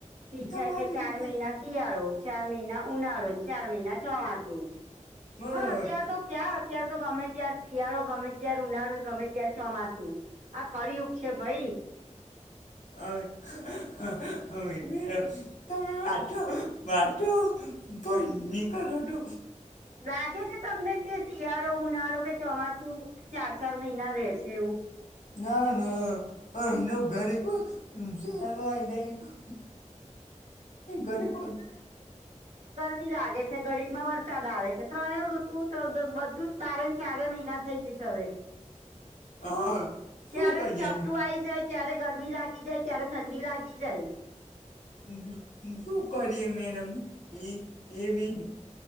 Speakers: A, on the right; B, on the left.
A: ત્રીજા
B: થવાનું
A: કે ચાર
B: છે
A: મહિના શિયાળો, ચાર મહિના ઉનાળો, ન ચાર મહિના ચોમાસું.
B: બરાબર
A: પણ અત્યાર તો ક્યાં અત્યારતો ગમે ત્યાર શિયાળો ગમે ત્યાર ઉનાળુ ન ગમે ત્યાર ચોમાસું. આ કળયુગ છે ભઈ
B: હવે હ હવે તમે હો આતો વાતો ધોઈ ની કરોટો
A: લાગે છે, તમને કે શિયાળો, ઉનાળો કે ચોમાસું ચા ચાર મહિના રહેસે એવું?
B: ના ના <unintelligible> ઘરી કો ઉનાળો આઈ જાય, ઘરી કોણ હ
A: મી લાગે છે, ઘડીકમાં વરસાદ આવે છે, ત્રણે ઋતુ દત બધું જ બારે ન ચારે મહિના થઈ જશે હવે.
B: હા શું
A: ક્યારે
B: કરીએ
A: બી ઝાપટું આવી જાય, ક્યારે ગરમી લાગી જાય, ક્યારે ઠંડી લાગી જાય
B: <inaudible> જો કરીયે મેડમ એ એવી